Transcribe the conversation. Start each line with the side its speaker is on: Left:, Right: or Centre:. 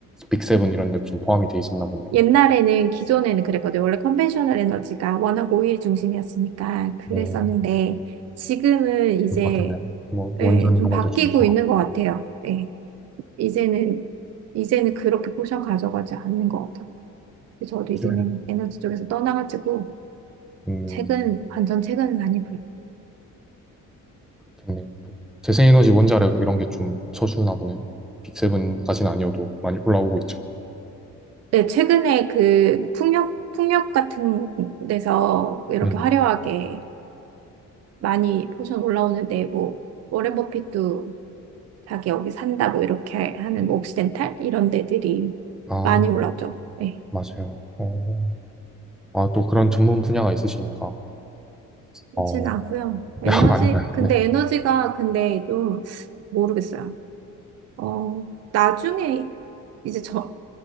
Centre: 빅세븐 이런 데 좀 포함이 돼 있었나 보네요.
Right: 옛날에는, 기존에는 그랬거든요. 원래 컨벤셔널 에너지가 워낙 오일 중심이었으니까 그랬었는데,
Centre: 네,
Right: 지금은 이제,
Centre: 좀 바뀌었네요. 뭐 원전
Right: 예, 좀
Centre: 이런
Right: 바뀌고
Centre: 것도 좀 들어가고
Right: 있는 것 같아요. 예. 이제는 이제는 그렇게 포션 가져가지 않는 것 같아요. 저도 이제는
Centre: 요즘에는
Right: 에너지 쪽에서 떠나가지고
Centre: 음
Right: 책은 완전 최근은 아니고요.
Centre: 그렇겠네요. 또 재생에너지 원자력 이런 게 좀 쳐주나 보네요. 빅세븐까지는 아니어도 많이 올라오고 있죠.
Right: 네, 최근에 그 풍력 풍력 같은 데서 이렇게
Centre: 네,
Right: 화려하게 많이 포션 올라오는데 뭐 워렌 버핏도 자기 여기 산다고 이렇게 하는 뭐 옥시덴탈 이런 데들이
Centre: 아
Right: 많이 올랐죠. 네,
Centre: 맞아요. 어, 아또 그런 전문 분야가 있으시니까
Right: 그렇진
Centre: 어
Right: 않고요. 에너지
Centre: <laughs> 아닌가요?
Right: 근데
Centre: 네,
Right: 에너지가 근데 좀 모르겠어요. 어 나중에 이제 저